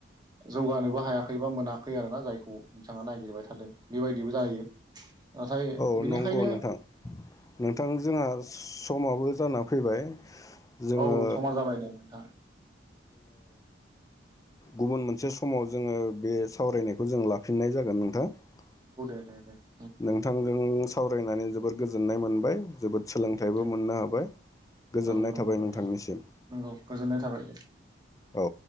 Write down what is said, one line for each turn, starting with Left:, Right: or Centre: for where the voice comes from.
Right: जौगानोबो हायाखै बा मोनाखै आरोना जायखौ बिथाङा नागिरबाय थादों बेबायदिबो जायो । नाथाय
Left: औ
Right: बिनिखायनो
Left: नंगौ नोंथां नोंथां जोंहा समाबो जाना फैबाय जोंङो
Right: औ समा जाबाय दे नोंथां
Left: गुबुन मोनसे समाव जोङो बे सावरायनायखौ जों लाफिननाय जागोन नोंथां ।
Right: नोंगौे दे दे दे ।
Left: नोंथांजों सावरायनानै जोब जोबोर गोजोननाय मोनबाय । जोबोद सोलोंथाइबो
Right: दे
Left: मोननो हाबाय गोजोननाय
Right: औ नंगौ
Left: थाबाय
Right: नोंथां
Left: नोंथांनिसिम ।
Right: नंगौ गोजोननाय थाबाय दे
Left: औ